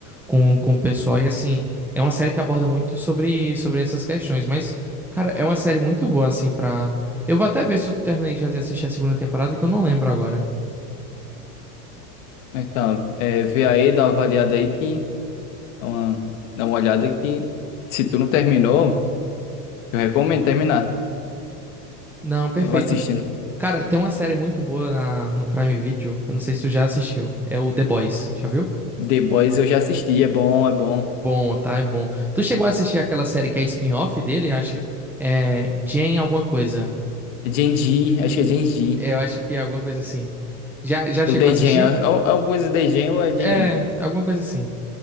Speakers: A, in the centre; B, on the left.
A: com, com o pessoal. E assim, é uma série que aborda muito sobre, sobre essas questões. Mas, cara, é uma série muito boa, assim, pra. Eu vou até ver se eu terminei já de assistir a segunda temporada, que eu não lembro agora.
B: então, é, vê aí, dá uma avaliada aí que dá uma, dá uma olhada que se tu não terminou, eu recomendo terminar.
A: Não, perfeito.
B: Eu tava assistindo.
A: Cara, tem uma série muito boa na, no Prime Video. Eu não sei se tu já assistiu. É o The Boys. Já viu?
B: The Boys eu já assisti, é bom, é bom.
A: Bom, tá? É bom. Tu chegou a assistir aquela série que é spin-off dele? Acho. É. Jane alguma coisa.
B: Genji, acho que é Genji.
A: Eu acho que é alguma coisa assim. Já, já chegou
B: Ou The
A: a assistir?
B: Gen, é é uma coisa The Gen ou é Genji.
A: É, alguma coisa assim.